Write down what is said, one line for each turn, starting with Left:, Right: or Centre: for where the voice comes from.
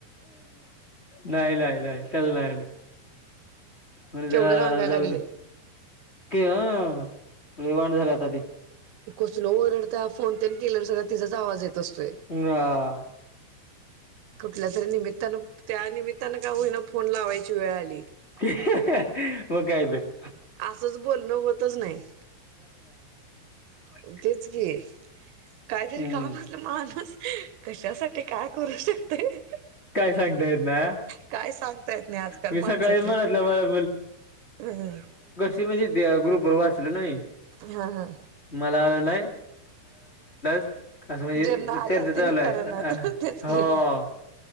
Left: नाही नाही नाही त्याला नाही आणि म्हणलं
Right: केवढं
Left: जरा
Right: रांगाय
Left: जाऊन
Right: लागलंय
Left: येऊ. क हं लई वांड झालाय आता ते
Right: कसलं ओरडतय. फोन तेन केल सगळ तिचाच आवाज येत असतोय.
Left: हा
Right: कुठल्या तरी निमित्तानं त्यानमित त्यांना का होईना फोन लावायची वेळ आली.
Left: मग काय तर
Right: असंच बोलणं होतच नाही
Left: <unintelligible>
Right: तेच की काहीतरी
Left: हम्म
Right: कामा असल माणूस कशासाठी काय करू शकतय
Left: काय सांगता येत ना
Right: काय सांगता, येत नाही आजकाल
Left: मी
Right: माणसच,
Left: सकाळी मनातल्या मनात
Right: हम.
Left: ग्रुप वर वाच. लेलो मी
Right: हा हा
Left: मला आल. नाही <unintelligible> असं म्हणजे
Right: ज्यांना आल्यात
Left: चर्चा
Right: त्यांनी
Left: चालू
Right: करणात
Left: आहे
Right: तेच की
Left: हो.